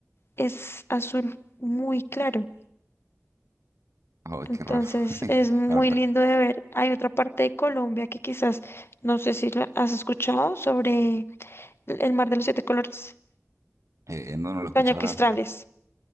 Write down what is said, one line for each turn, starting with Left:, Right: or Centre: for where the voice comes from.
Left: es azul muy claro.
Right: Oh,
Left: Entonces
Right: qué raro. <laughs>
Left: es muy
Right: La verdad,
Left: lindo de ver. Hay otra parte de Colombia que quizás no sé si la has escuchado sobre el el mar de los siete colores,
Right: eh, eh, no, no lo he escuchado,
Left: cañoquistrales.
Right: la verdad.